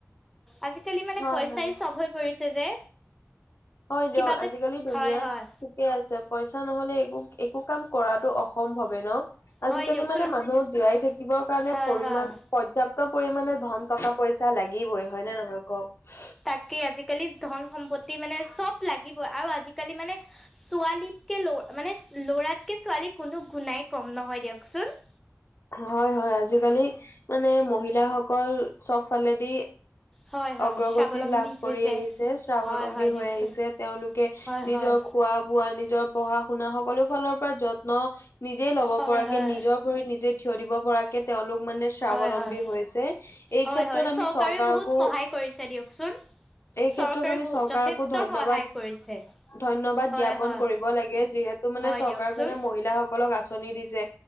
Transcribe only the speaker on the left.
হয়
হয়
হয়
দিয়ক
আজিকালি দুুনিয়াত
ঠিকেই আছে, পইচা নহলে একো একো কাম কৰাতটো অসম্ভৱে ন? আজিকালি
মানে মানুহক জীয়াই থাকিবৰ কাৰণে
পৰিমান
পৰ্যাপ্ত পৰিমানে ধন টকা পইচা পইচা লাগিবই হয়নে নহয় কওক?
হয় হয় আজিকালি মানে মহিলাসকল সবফালেদি
অগ্ৰগতি
লাভ
কৰি আহিছে, স্বাৱলম্বী
হৈ আহিছে, তেওঁলোকে
নিজৰ
খোৱা বোৱা নিজৰ পঢ়া শুনা সকলো ফালৰ পৰা যত ন নিজেই লব
পৰাকে
নিজৰ ভৰিত নিজে থিয় দিব পৰাকে তেওঁলোক মানে স্বাৱলম্বী
হৈছে। এই
ক্ষেত্ৰত
আমি চৰকাৰকো
এই ক্ষেত্ৰক
আমি
চৰকাৰকো
ধন্যবাদ
ধন্যবাদ
জ্ঞাপন
কৰিব লাগে যিহেত তু মানে
চৰকাৰখনে
মহিলা সকলক আঁচনি দিছে।